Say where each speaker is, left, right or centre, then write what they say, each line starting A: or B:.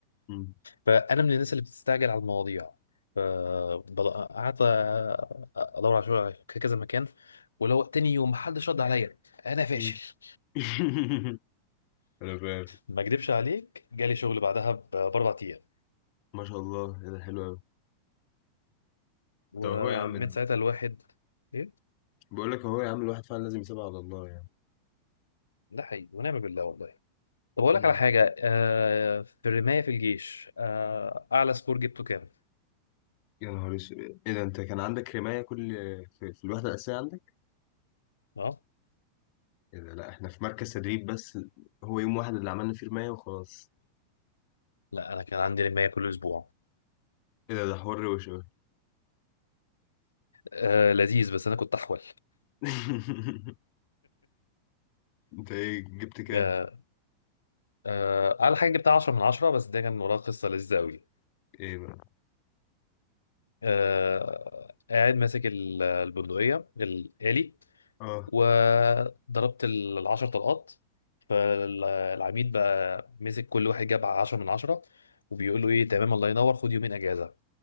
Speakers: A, on the left; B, on the left.
A: مم.
B: فانا من الناس اللي بتستعجل على المواضيع ف- بض- قعدت ادور على شغل في كذا مكان ولو تاني يوم محدش رد عليا انا فاشل
A: مم. <laughs> أنا فاهم
B: ما اكدبش عليك جالي شغل بعدها ب- باربع ايام
A: ما شاء الله إيه ده حلو أوي
B: ومن
A: طب هو يا عم
B: ساعتها الواحد ايه
A: بقول لك هو يا عم الواحد فعلا لازم يسيبها على الله يعني
B: ده حقيقي ونعم بالله والله طب اقول
A: مم.
B: لك على حاجه آه في الرمايه في الجيش آه اعلى سكور جبته كام
A: يا نهار اسود ايه ده انت كان عندك رماية كل في, في الوحدة الأساسية عندك؟
B: اه
A: ايه ده لا احنا في مركز تدريب بس هو يوم واحد اللي عملنا فيه رماية وخلاص
B: لا انا كان عندي رمايه كل اسبوع
A: ايه ده ده حوار وش أوي
B: آه لذيذ بس انا كنت احول
A: <laughs> انت ايه جبت كام؟
B: آه آه اعلى حاجه جبتها 10 من 10 بس ده كان وراه قصه لذيذه قوي
A: ايه بقى؟
B: آه، قاعد ماسك ال- البندقية الآلي
A: اه
B: وضربت ال- العشر طلقات فالعميد بقى مسك كل واحد جاب عشرة من عشرة وبيقول له ايه تمام الله ينور خد يومين اجازه